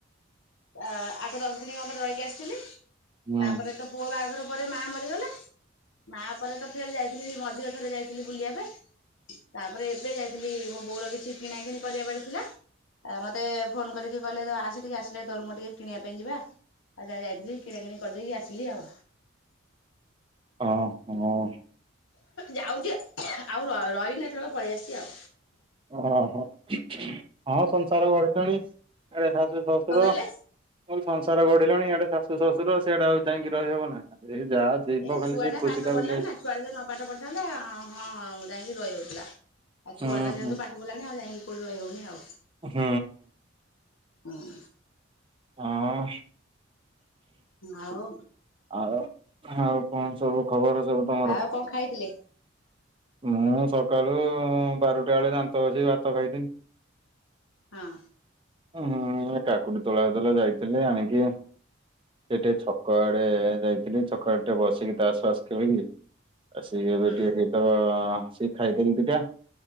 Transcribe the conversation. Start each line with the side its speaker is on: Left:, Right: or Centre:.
Left: ଆଠ ଦଶ ଦିନ ଖଣ୍ଡେ ରହିକି ଆସିଥିଲି।
Right: ହୁଁ
Left: ତାପରେ ତ ପୁଅ ବାହାଘର ପରେ ମା ମରିଗଲା। ମା ପରେ ତ ଫେର ଯାଇଥିଲି ମଝିରେ ଥରେ ଯାଇଥିଲି ବୁଲିବା ପାଇଁ। ତାପରେ ଏବେ ଯାଇଥିଲି ମୋ ବୋଉର କିଛି କିଣା କିିଣି କରିବା ପାରି ଥିଲା। ଆ ମତେ ଫୋନ କରିକି କହିଲେ ଆସେ ଟିକେ ଆସିଲେ ତୋ ମୋର ଟିକେ କିଣିବା ପାଇଁ ଯିବା ଆଉ ଯାଇଥିଲି କିଣା କିଣି କରିଦେଇକି ଆସିଲି ଆଉ।
Right: ହଁ ହଁ।
Left: ଯାଉଛି ଆଉ ରହିନି ଏଥରକ ପଳେଇ ଆସିଛି ଆଉ।
Right: ଓହୋ ହଁ ସଂସାର ଗଢିଲାଣି ଏଣେ ଶାଶୁ ଶଶୁର
Left: କଣ କହିଲେ
Right: ମୁଁ କଲି ସଂସାର ଗଢିଲଣି ଏଆଡେ ଶାଶୁ ଶଶୁର ଆ ସେଆଡ ଆଉ ଯାଇକି ରହିହବ ନା ଏଇ ଯାହା ଯିବ
Left: ଏ
Right: ଖାଲି
Left: ଛୁଆ
Right: ସେଇ
Left: ଟା
Right: ଖୁସି
Left: ପାଠ ପଢିଲା
Right: ବୁଲେଇ
Left: ନା ଛୁଆଟା ଯଦି ନ ପାଠ ପଢିଥାନ୍ତା ହଁ ମୁଁ ଯାଇକି ରହି ହଉଥିଲା। ଆଉ
Right: ହୁଁ
Left: ଛୁଆଟା ଯେହେତୁ
Right: ହୁଁ
Left: ପା ପାଠପଢିଲାଣି ଆଉ ଯାଇଁକି କୋଉଠି ରହଉନି ଆଉ।
Right: ହୁଁ।
Left: ହଁ।
Right: ହଁ।
Left: ଆଉ
Right: ଆଉ ଆଉ କଣ ସବୁ ଖବର ସବୁ? ତମର?
Left: ଆଉ କଣ ଖାଇଥିଲେ?
Right: ମୁଁ ସକାଳୁ ବାରଟା ବେଳେ ଦାନ୍ତ ଘସି ଭାତ ଖାଇତିନି।
Left: ହଁ।
Right: ଉୁଁ ହୁଁ କାକୁଡ଼ି ତୋଳା ହଉଥିଲା ଯାଇଥିଲି। ଆଣିକି ଯିବି ଟିକେ ଛକ ଆଡ଼େ ଯାଇଥିଲି ଛକ ଆଡ଼େ ଟିକେ ବସିକି ତାସ୍ ଫାସ୍ ଖେଳିକି ଆସିକି ଏବେ
Left: ହୁଁ
Right: ଟିକେ ହେଇ ତ ସିକି ଖାଇଦେଲି ଦିଇଟା